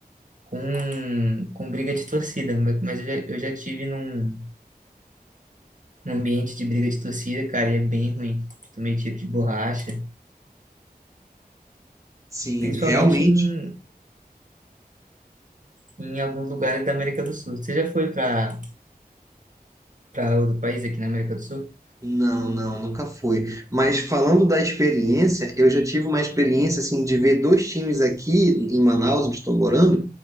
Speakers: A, on the right (about 55°); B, on the right (about 20°).
A: com, com briga de torcida, mas mas eu já, eu já tive num, num ambiente de briga de torcida, cara, e é bem ruim. Tomei tiro de borracha,
B: Sim,
A: principalmente
B: realmente.
A: em, em alguns lugares da América do Sul. Você já foi para para outro país aqui na América do Sul?
B: Não, não, nunca fui. Mas falando da experiência, eu já tive uma experiência assim de ver dois times aqui em Manaus, onde estou morando,